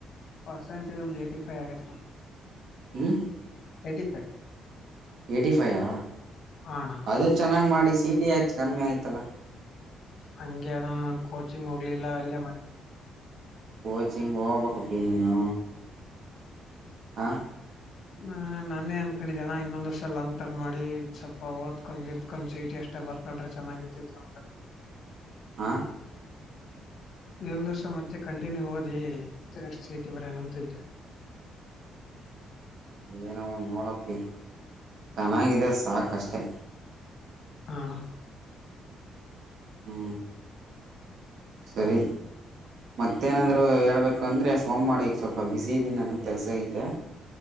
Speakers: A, on the left; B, on the right.
A: ಪರ್ಸೆಂಟೇಜ್ ಒಂದ್ ಏಟಿ ಫೈವ್ ಆಗೈೆದೆನೋ
B: ಹ್ಮ
A: ಏಯ್ಟಿ ಫೈವ್
B: ಎಯ್ಟಿ ಫೈಯಾ
A: ಹ ಅಣ
B: ಅದೇ ಚೆನ್ನಾಗಿ ಮಾಡಿ ಸೀಟಿ ಯಾಕ್ ಕಮ್ಮಿ ಆಯ್ತಲ್ಲಾ
A: ಹಂಗೆ ಅಣ್ಣ ಕೋಚಿಂಗ್ ಹೋಗ್ಲಿಲ್ಲ ಇಲ್ಲೇ ಮನೆ
B: ಕೊಚಿಂಗ್ ಹೋಗ್ಬೆಕ್ ಕಪ್ಪಿ ನೀನು ಹಾ
A: ಹ ನಾನೇ ಅನ್ಕೊಂಡಿದ್ದ ಅಣ ಇನ್ನೊಂದ್ ವರ್ಷ ಲಾಂಗ್ ಟರ್ನ್ ಮಾಡಿ ಸ್ವಲ್ಪ ಓದ್ಕಂಗಿದ್ದ್ <unintelligible> ಸಟಿ ಅಷ್ಟ ಬರ್ಕಡ್ರೆ ಚೆನ್ನಾಗಿತಿಕ
B: ಹಾ
A: ಇನ್ನೊಂದ್ ವರ್ಷ ಮತ್ತೆ ಕಂಟಿನ್ಯೂ ಓದಿ ಮತ್ತೆ ನೆಕ್ಸ್ಟ್ ವೀಕ್ಗೆ ಬರೆಯೋಣ ಅನಂತ ಇದ್ದೆ
B: ಏನೋ ನೋಡಪ್ಪ ಚೆನ್ನಾಗಿದೆ ಸಾಕಷ್ಟೆ
A: ಹ ಅಣ
B: ಹ್ಞೂ ಸರಿ ಮತ್ತೇನಾದರೂ ಹೇಳಬೇಕಂದ್ರೆ ಫೋನ್ ಮಾಡಿ ಈಗ ಸ್ವಲ್ಪ ಬ್ಯುಸಿ ಇದ್ದೀನಿ ನಾನು ಕೆಲ್ಸ ಐತೆ